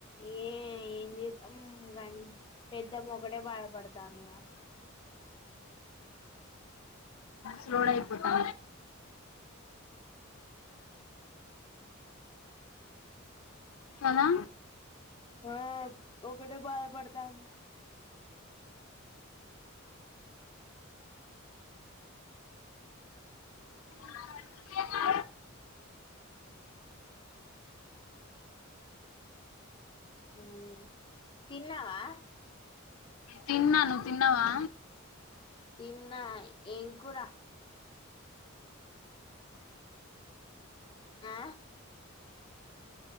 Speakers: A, on the left; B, on the left.
A: ఏ ఉ కాగాని పెద్దమ ఒకటే బాయపడతాను
B: స డపోతా కదా
A: ఆ ఒక టే భయపడుతంది
B: అ
A: హ తిన్నావా
B: తిన్నా నువ్వు తిన్నావా
A: ఎమ్న్నా ఏం కూరా ఆ